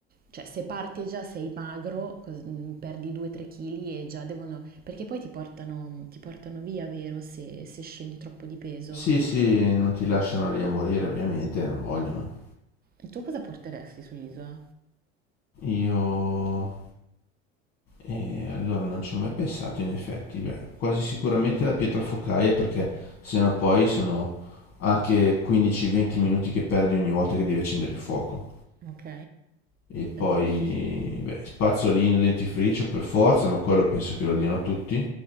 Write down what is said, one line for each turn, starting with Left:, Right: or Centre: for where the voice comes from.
Right: cioè se parti e già sei magro, cos- mm, perdi 2-3 kg e già devono, perché poi ti portano, ti portano via, vero, se, se scendi troppo di peso.
Left: Sì, sì, non ti lasciano lì a morire, ovviamente, non vogliono.
Right: E tu cosa porteresti sull'isola?
Left: Io... E allora non ci ho mai pensato, in effetti. Beh, quasi sicuramente la pietra focaia, perché sennò poi sono anche 15-20 minuti che perdi ogni volta che devi accendere il fuoco.
Right: Ok,
Left: E poi,
Right: è giusto, sì.
Left: beh, spazzolino, dentifricio per forza, ma quello penso che lo diano tutti.